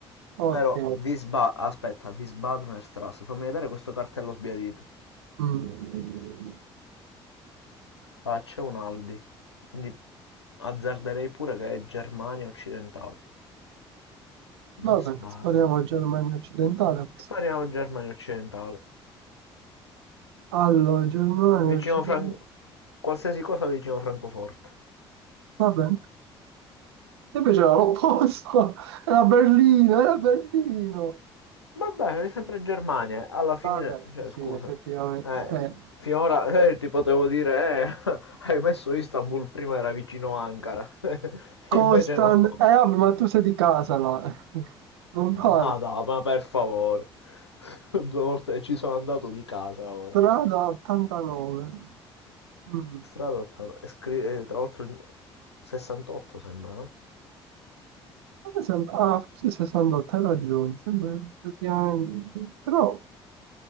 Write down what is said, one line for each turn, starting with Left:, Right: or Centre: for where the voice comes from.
Right: ok.
Left: Però vi sba... Aspetta, Wiesbadener Straße, fammi vedere questo cartello sbiadito.
Right: Mm.
Left: Ah, c'è un Aldi, quindi azzarderei pure che è Germania occidentale.
Right: Vabbè,
Left: Wiesbaden.
Right: spariamo Germania occidentale. a questo.
Left: Spariamo Germania occidentale.
Right: Allora, Germania
Left: Vicino
Right: occidentale.
Left: Fran- qualsiasi cosa vicino Francoforte.
Right: Va bene. E invece era l'opposto. <laughs> Era Berlino, era Berlino.
Left: Vabbè, è sempre Germania. eh. Alla fine,
Right: Vabbè,
Left: cioè,
Right: sì,
Left: scusami.
Right: effettivamente.
Left: Eh,
Right: eh.
Left: finora <laughs> eh, ti potevo dire, eh, <laughs> hai messo Istanbul prima era vicino Ankara. <laughs> e
Right: Constan,
Left: invece no.
Right: eh vabbè, ma tu sei di casa là, <laughs> non
Left: Ma
Right: vale,
Left: dai, ma per favore. <laughs> Due volte ci sono andato di casa ora.
Right: strada 89, mm.
Left: Strada 80. è scri- eh, tra l'altro il 68 sembra, no?
Right: A me sembra, ah, forse 68, hai ragione, sembra effettivamente, però